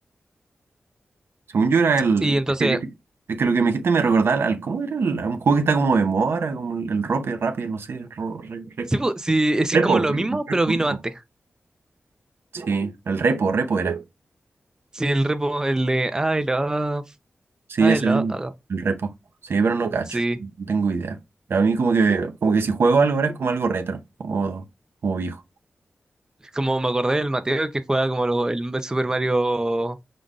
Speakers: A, on the right; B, on the right.
A: Según yo era el.
B: Y entonces,
A: Es que, es que- es que lo que me dijiste me recordaba al. ¿Cómo era? el- a un juego que está como de moda, ahora? como el, el Rope, Rappi, no sé. ro- re- re-
B: sí, pues, sí, es
A: repo,
B: como lo
A: repo,
B: mismo,
A: repo,
B: pero vino
A: repo.
B: antes.
A: Sí, el Repo, Repo era.
B: Sí, el repo, el de I love,
A: Sí,
B: I
A: ese
B: love.
A: mismo, el repo. Sí, pero no cacho,
B: Sí.
A: no tengo idea. A mí como que, como que si juego algo ahora es como algo retro, como, como viejo.
B: Es Como me acordé del Mateo que jugaba como lo- el Super Mario,